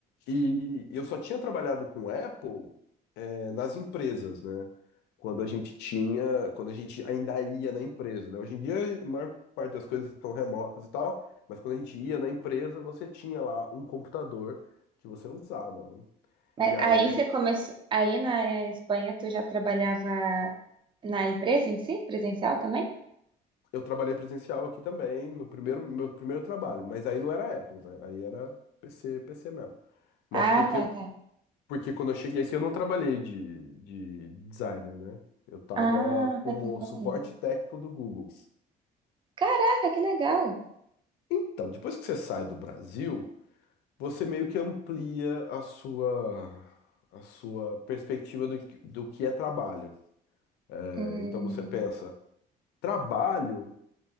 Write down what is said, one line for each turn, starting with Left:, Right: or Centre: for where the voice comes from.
Left: E eu só tinha trabalhado com Apple é, nas empresas, né? Quando a gente tinha, quando a gente ainda ia na empresa, né? Hoje em dia, a maior parte das coisas são remotas e tal, mas quando a gente ia na empresa, você tinha lá um computador que você usava, né?
Right: Mas
Left: E aí
Right: Aí você começou. Aí na Espanha tu já trabalhava na empresa em si, presencial também?
Left: eu trabalhei presencial aqui também, no primeiro meu primeiro trabalho, mas aí não era Apple, né? Aí era PC, PC mesmo. Mas
Right: Ah,
Left: porque
Right: tá,
Left: eu,
Right: tá.
Left: porque quando eu cheguei aqui eu não trabalhei de, de designer, né? Eu tava
Right: Ah,
Left: como
Right: pensei que
Left: suporte
Right: era aí.
Left: técnico do Google.
Right: Caraca, que legal.
Left: Então, depois que você sai do Brasil, você meio que amplia a sua, a sua perspectiva do, que- do que é trabalho. É,
Right: Hum,
Left: então você pensa, trabalho